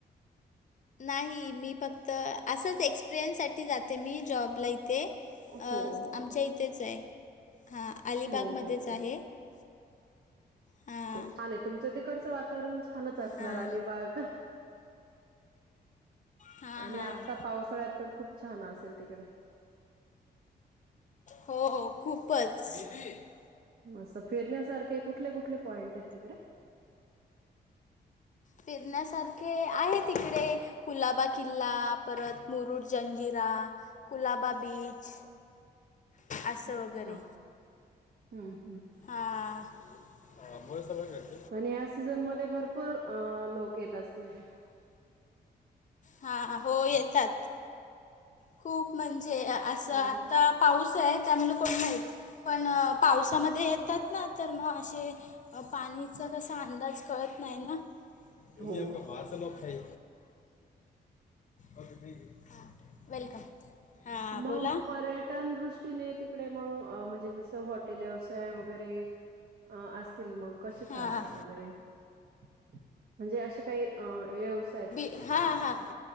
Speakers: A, on the left (about 45°); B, on the right (about 65°).
A: नाही मी फक्त असंच एक्सपिरियन्ससाठी जाते मी जॉबला इथे <unintelligible>
B: हो
A: अ
B: हो हो
A: आमच्या इथेच आहे हा
B: हो
A: अलिबागमध्येच
B: हो हो
A: आहे <unintelligible> हां
B: छान आहे तुमच्या तिकडचं वातावरण छानच असणार
A: हां
B: अलिबाग <unintelligible>
A: हां
B: आणि
A: हां
B: आता पावसाळ्यात तर खूप छान असेल तिकडे <unintelligible>
A: हो हो खूपच <unintelligible>
B: मस्त फिरण्यासारखे कुठले कुठले पॉईंट आहेत तिकडे <unintelligible>
A: फिरण्यासारखे आहे तिकडे <unintelligible> कुलाबा किल्ला परत मुरुड जंजीरा कुलाबा बीच असं
B: अच्छा
A: वगैरे
B: हम्म हम्म <unintelligible>
A: हा मुला सळ ग <unintelligible>
B: आणि ह्या सीझनमध्येध्ये भरपूर अ लोक येत असतील <unintelligible>
A: हा हो येतात <unintelligible> खूप म्हणजे असं
B: हं,
A: आता
B: हं.
A: पाऊस आहे त्यामुलं कोण नाहीत <unintelligible> पण पावसामध्ये येतात ना तर मग असे <unintelligible> अ पाणीचा कसा अंदाज कळत नाही ना <unintelligible> तुम्ही
B: हो
A: बार लो खाय ओकेथक <unintelligible> वेलकम <unintelligible>
B: मग
A: बोला
B: पर्यटन दृष्टीने त <unintelligible> तडे मग म्हणजे जस हॉटेल व्यवसाय वगैरे असतील मग <unintelligible> कसे
A: हां
B: चालतात वगैरे म्हणजे असे काही व्यवसाय <unintelligible>
A: हा हा